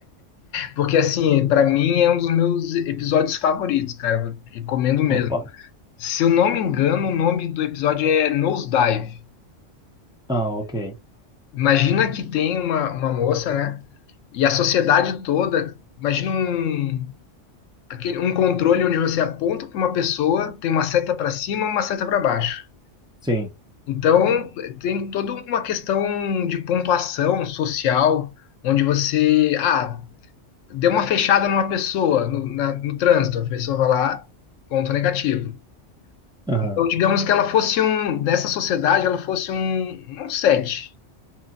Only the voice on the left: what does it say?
Porque, assim, pra mim é um dos meus episódios favoritos, cara. Eu recomendo mesmo.
Se eu não me engano, o nome do episódio é Nosedive.
Imagina que tem uma, uma moça, né? E a sociedade toda. Imagina um, aquele, um controle onde você aponta para uma pessoa, tem uma seta para cima e uma seta para baixo.
Então, tem toda uma questão de pontuação social, onde você. Ah, deu uma fechada numa pessoa no, na- no trânsito, a pessoa vai lá, ponto negativo.
Então, digamos que ela fosse um, nessa sociedade, ela fosse um, um sete